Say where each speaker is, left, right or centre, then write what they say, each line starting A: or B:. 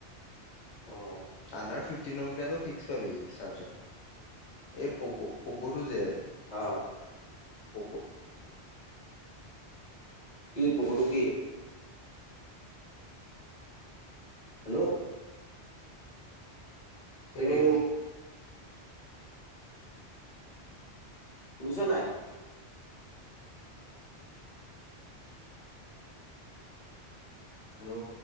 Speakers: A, on the left; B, on the left.
A: অ'।
B: আণ্ডাৰ ফিফটনৰকেইটটো ফিক্স পাবি চাৰ্জাৰ এই পক পকুটো যে।
A: অঁ
B: পক-
A: কি পকুটো কি? হেল্ল' হেল্ল',
B: ৰেডমি
A: শুনিছ নাই?
B: হেল্ল'